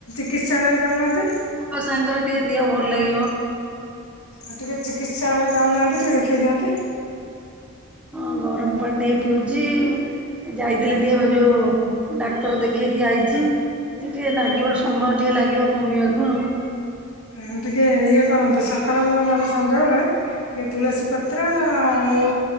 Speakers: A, on the left (about 85°); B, in the centre.
A: କିତ୍ସାଳୟ ଯାଉନାହାନ୍ତି?
B: ଆ ସାଙ୍ଗରେ ଟିକେ ଦିହ ଭଲ ଲାଗିବ।
A: ଆ ଟିକେ ଚିକିତ୍ସାଳୟ ଯାଉନାହାନ୍ତି ଟିକେ ଦେଖାଇ ଦିଅନ୍ତେ।
B: ହଁ ଗରମ ପାଣି ଟିକେ ପିଉଚି। ଯାଇଥିଲି ଟିକେ ବା ଯୋ ମୁଁ ଡାକ୍ତର ଦେଖେଇକି ଆଇଛି। ଟିକେ ନାଗିବ ସମୟ ଟିକେ ଲାଗିବ କମିବାକୁ ଆଉ।
A: ଆଉ ଟିକେ ଇଏ କରନ୍ତ ସକାଳ ନହେଲେ ସଞ୍ଜ ବେଳେ ଟିକେ ତୁଳସୀ ପତ୍ର ଆଉ